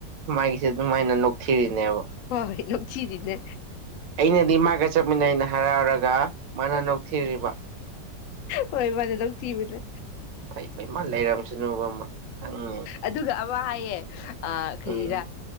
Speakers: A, on the right; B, on the left.
A: ꯃꯥꯒꯤꯁꯦ ꯑꯗꯨꯃꯥꯏꯅ ꯅꯣꯛꯊꯤꯔꯤꯅꯦꯕ
B: ꯍꯣꯏ ꯅꯣꯛꯊꯤꯔꯤꯅꯦ
A: ꯑꯩꯅꯗꯤ ꯃꯥꯒ ꯆꯠꯃꯤꯟꯅꯩꯅ ꯍꯔꯥꯎꯔꯒ ꯃꯥꯅ ꯅꯣꯛꯊꯤꯔꯤꯕ
B: ꯍꯣꯏ ꯃꯥꯅ ꯅꯣꯛꯊꯤꯕꯅꯦ
A: ꯐꯩ ꯐꯩ ꯃꯥ ꯂꯩꯔꯝꯁꯅꯨꯕ ꯃꯥ ꯈꯪꯅꯤ
B: ꯑꯗꯨꯒ ꯑꯃꯥ ꯍꯥꯏꯌꯦ ꯑꯥ ꯀꯔꯤꯔ
A: ꯎꯝ